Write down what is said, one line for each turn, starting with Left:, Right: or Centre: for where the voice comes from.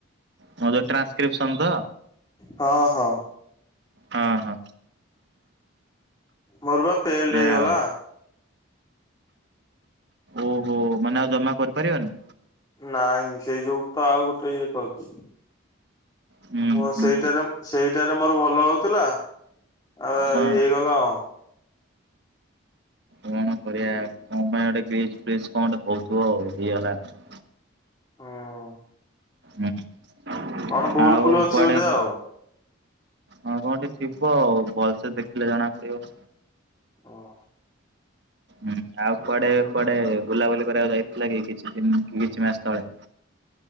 Right: ମୋ ଯୋଉ ଟ୍ରାନ୍ସକ୍ରିପସନ ତ
Left: ହଁ ହଁ।
Right: ହଁ ହଁ।
Left: ମୋର ବା ଫେଲଡ
Right: ସେଇଆ
Left: ହେଇଗଲା।
Right: ଓହୋ ମାନେ ଆଉ ଜମା କରିପାରିବନି।
Left: ନାଇଁ ସେଇ ଯୋଗୁ ତ ଆଉ ଗୋଟେ ଇଏ କରୁଛି
Right: ହୁଁ
Left: ମୁଁ
Right: ହୁଁ
Left: ସେଇଟାରେ ସେଇଟାରେ ମୋର ଭଲ ହଉଥିଲା ଆଉ
Right: ହଁ
Left: ଇଏ ହେଇଗଲା ଆ
Right: କଣ କରିବା କଣ ପାଇଁ ଗୋଟେ କଣେ ହଉଥିବ ଆଉ ହେଇଗଲା ଆଉ
Left: ହୁଁ
Right: ହୁଁ
Left: କଣ ଭୁଲ
Right: ଆଉ
Left: ଫୁଲ ଅଛି
Right: କୁଆଡେ
Left: ବୋଧେ ଆଉ।
Right: ହଁ କଣଠିକ ଥିବ ଆଉ ଭଲସେ ଦେଖିଲେ ଜଣା ପଡିବ
Left: ହଁ
Right: ହୁଁ ଆଉ କୁଆଡେ କୁଆଡେ ବୁଲାବୁଲି କରିବାକୁ ଯାଇଥିଲା କି କିଛି ଦ କି କିଛି ମାସ ତଳେ